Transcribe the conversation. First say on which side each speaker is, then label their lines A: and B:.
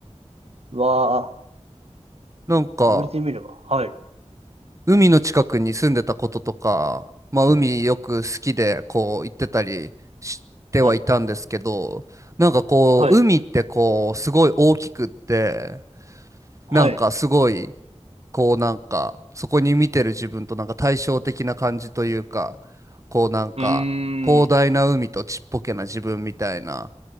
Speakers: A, on the right (about 60°); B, on the right (about 25°).
A: うわあ、
B: なんか、
A: 言われてみれば。はい。
B: 海の近くに住んでたこととか、まあ海よく好きでこう行ってたりしてはいたんですけど、
A: はい。
B: なんかこう、
A: はい。
B: 海ってこう、すごい大きくって、
A: はい。
B: なんかすごい、
A: う
B: こうなんか、そこに見てる自分となんか対照的な感じというか、こうなんか、
A: ーん。
B: 広大な海とちっぽけな自分みたいな